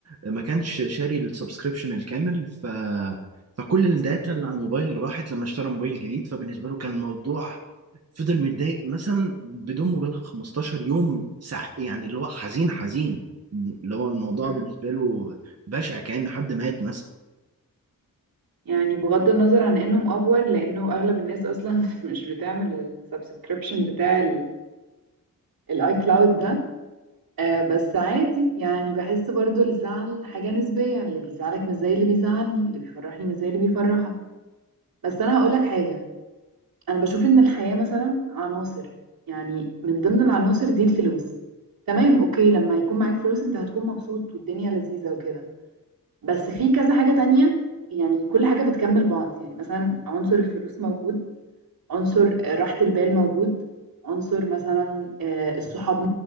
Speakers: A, on the right; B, on the right.
A: ما كانش شاري السبسكريبشن الكامل ف فكل الداتا اللي على الموبايل راحت لما اشترى موبايل جديد فبالنسبه له كان الموضوع فضل متضايق مثلا بدون مبالغه 15 يوم سع... يعني اللي هو حزين حزين اللي هو الموضوع
B: مم.
A: بالنسبه له بشع كأن حد مات
B: يعني بغض النظر عن انه مأفور لانه اغلب الناس اصلا <laughs> مش بتعمل السبسكريبشن بتاع الاي كلاود ده آه بس عادي يعني بحس برضو الزعل حاجة نسبية اللي بيزعلك مش زي اللي بيزعلني اللي بيفرحني مش زي اللي بيفرحك بس انا هقولك حاجة انا بشوف ان الحياة مثلا عناصر يعني من ضمن العناصر دي الفلوس تمام اوكي لما يكون معاك فلوس انت هتكون مبسوط والدنيا لذيذة وكده بس في كذا حاجة تانية يعني كل حاجة بتكمل بعض يعني مثلا عنصر الفلوس موجود عنصر آه، راحة البال موجود عنصر مثلا آه، الصحاب